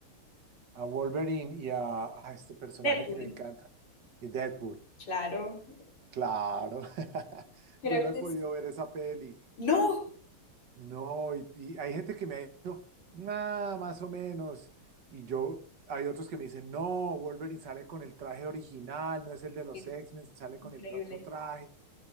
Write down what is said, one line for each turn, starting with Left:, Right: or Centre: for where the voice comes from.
Right: a Wolverine y a, a este personaje
Left: Deadpool,
Right: que me encanta? Y Deadpool.
Left: claro.
Right: Claro. <laughs>
Left: Creo
Right: Yo no he
Left: que
Right: podido
Left: es...
Right: ver esa peli.
Left: ¡No!
Right: No, y, y hay gente que me ha dicho, nada, más o menos. Y yo, hay otros que me dicen, no, Wolverine sale con el traje original, no es el de los
Left: Sí,
Right: X-Men, sale
Left: Increíble.
Right: con el otro traje.